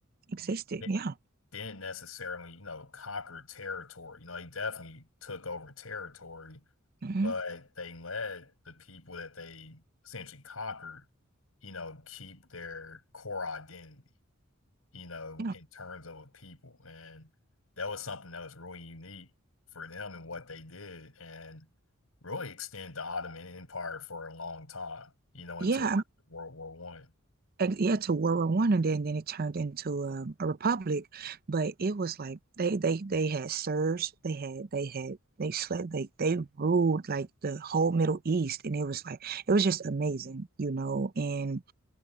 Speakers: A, on the right (about 45°); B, on the left (about 85°).
A: existed.
B: they
A: Yeah.
B: didn't necessarily, you know, conquer territory. You know, they definitely took over territory,
A: Mhm.
B: but they let the people that they essentially conquered, you know, keep their core identity, you know,
A: Yeah.
B: in terms of a people. And that was something that was really unique for them and what they did and really extend the Ottoman Empire for a long time, you know,
A: Yeah.
B: until
A: I
B: after World War One.
A: ex- yeah to World War One and then then it turned into um, a republic but it was like they they they had serfs they had they had they slept they they ruled like the whole Middle East and it was like it was just amazing you know and